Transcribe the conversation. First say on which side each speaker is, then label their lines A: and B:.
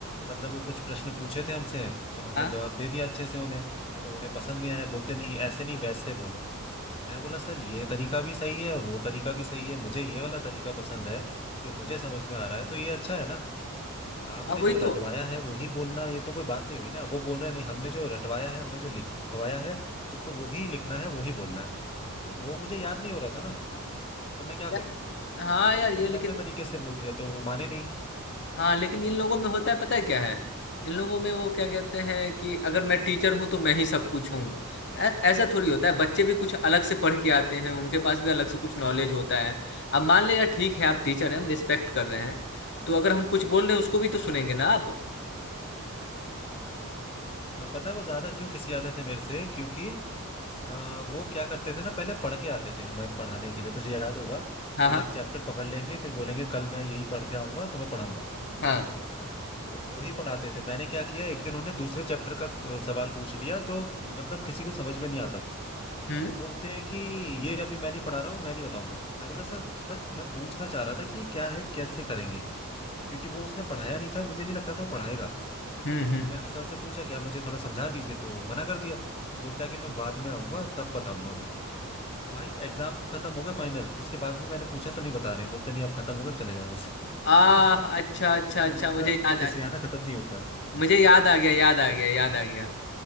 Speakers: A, on the left (about 25°); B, on the left (about 55°).
A: मतलब वो कुछ प्रश्न पूछे थे हमसे तो हमने
B: हाँ
A: जवाब दे दिया अच्छे से उन्हें तो उन्हें पसंद नहीं आया बोलते नहीं ऐसे नहीं वैसे बोलो मैं बोला सर ये तरीका भी सही है वो तरीका भी सही है मुझे ये वाला तरीका पसंद है जो मुझे समझ में आ रहा है तो ये अच्छा है ना आपने
B: हाँ वही
A: जो रटवाया
B: तो
A: है वही बोलना ये तो कोई बात नहीं हुई ना वो बोल रहे हैं, नहीं हमने जो रटवाया है हमने जो लिखवाया है तुमको वही लिखना है वही बोलना है तो वो मुझे याद नहीं हो रहा था ना तो मैं क्या
B: यार,
A: करूं
B: हाँ यार ये
A: तो मैंने
B: लेकिन
A: अपने तरीके से बोल दिया तो वो माने नहीं
B: हाँ लेकिन इन लोगों में होता है पता है क्या है इन लोगों में वो क्या कहते हैं
A: हम्म
B: कि अगर मैं टीचर हूँ तो मैं ही सब कुछ हूँ ऐ- ऐसा थोड़ी होता है बच्चे भी कुछ
A: हाँ
B: अलग से पढ़ के आते हैं उनके पास भी अलग से कुछ नॉलेज होता है अब मान लिया ठीक है आप टीचर हैं हम रिस्पेक्ट कर रहे हैं तो अगर हम कुछ बोल रहे हैं उसको भी तो सुनेंगे ना आप
A: हाँ। और पता है वो ज्यादा क्यों खिसियाते थे मेरे से क्योंकि अ, वो क्या करते थे ना पहले पढ़ के आते थे हमें पढ़ाने के लिए तुझे याद होगा
B: हाँ
A: कोई
B: हाँ
A: एक चैप्टर पकड़ लेंगे फिर बोलेंगे कल मैं यही पढ़ के आऊंगा तुम्हें पढ़ाऊंगा
B: हाँ
A: है ना वो वो ही पढ़ाते थे मैंने क्या किया एक दिन उन्हें दूसरे चैप्टर का अ, सवाल पूछ लिया जो मतलब किसी को समझ में नहीं आता था
B: हम्म
A: तो बोलते हैं कि ये अभी मैं नहीं पढ़ा रहा हूँ मैं नहीं बताऊंगा मैं बोला सर बस मैं पूछना चाह रहा था कि क्या है कैसे करेंगे क्योंकि वो उसने पढ़ाया नहीं था मुझे नहीं लगता था वो पढ़ाएगा
B: हम्म हम्म
A: तो मैंने सर से पूछा कि आप मुझे थोड़ा समझा दीजिए तो मना कर दिया बोलता है कि मैं बाद में आऊंगा तब बताऊंगा मैं भाई एग्जाम खत्म हो गए फाइनल उसके बाद भी मैंने पूछा तो नहीं बता रहे हैं बोलते नहीं अब खत्म हो गए अब चले जाओ यहाँ से
B: आ
A: <laughs>
B: अच्छा
A: मतलब
B: अच्छा अच्छा
A: उनका
B: मुझे याद
A: खिसियाना
B: आ
A: खत्म नहीं होता
B: मुझे याद आ गया याद आ गया याद आ गया